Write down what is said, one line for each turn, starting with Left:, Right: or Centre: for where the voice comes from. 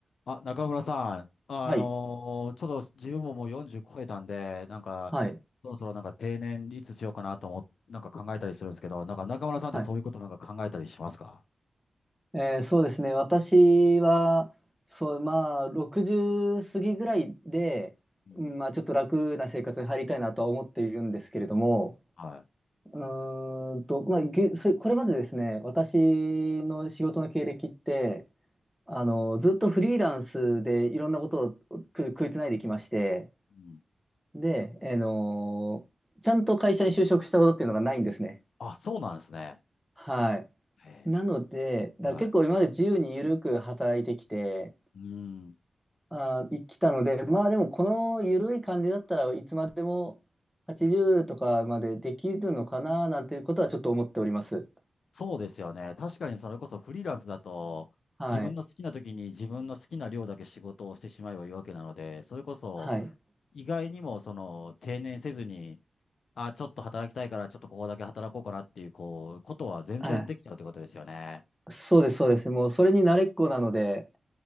Left: あ、中村さん、あのーちょっと自分ももう40超えたんで、
Centre: はい。
Left: なんか、
Centre: はい。
Left: そろそろなんか定年いつしようかなと思っなんか考えたりするんですけど、なんか中村さんってそういうことなんか考えたりしますか
Centre: はい。えーそうですね。私は、そう、まあ、60過ぎぐらいで、
Left: うん。
Centre: うんまあ、ちょっと楽な生活に入りたいなとは思っているんですけれども、
Left: はい。
Centre: うーんと、まあ、げ、そこれまでですね、私の仕事の経歴って、あの、ずっとフリーランスでいろんなことをく食いつないできまして、
Left: うん。
Centre: で、あのちゃんと会社に就職したことっていうのがないんですね。
Left: あ、そうなんですね。
Centre: はい。
Left: へえ。
Centre: なので、だから結構今まで自由に緩く働いてきて、
Left: はい。うん。
Centre: あー、生きたので、まあでもこの緩い感じだったらいつまでも80とかまでできるのかななんていうことはちょっと思っております。
Left: そうですよね。確かにそれこそフリーランスだと、
Centre: はい。
Left: 自分の好きな時に自分の好きな量だけ仕事をしてしまえばいいわけなので、それこそ、
Centre: はい。
Left: 意外にもその定年せずに、あ、ちょっと働きたいから、ちょっとここだけ働こうかなっていう、こう、ことは全然できちゃうってことですよね。
Centre: はい。そうです、そうです。もうそれに慣れっこなので、